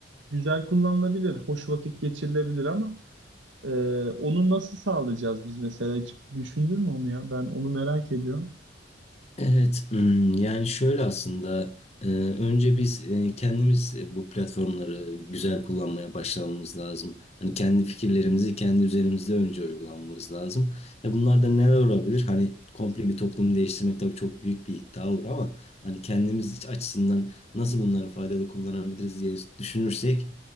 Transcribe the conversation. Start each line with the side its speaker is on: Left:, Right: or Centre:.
Right: güzel kullanılabilir, hoş vakit geçirilebilir ama e, onu nasıl sağlayacağız biz mesela? Hiç düşündün mü onu ya? Ben onu merak ediyorum.
Left: Evet, hmm, yani şöyle aslında e, önce biz e, kendimiz e, bu platformları güzel kullanmaya başlamamız lazım. Hani kendi fikirlerimizi kendi üzerimizde önce uygulamamız lazım. Ya bunlar da neler olabilir? Hani komple bir toplumu değiştirmek tabii çok büyük bir iddia olur ama hani kendimiz iç açısından nasıl bunları faydalı kullanabiliriz diye düşünürsek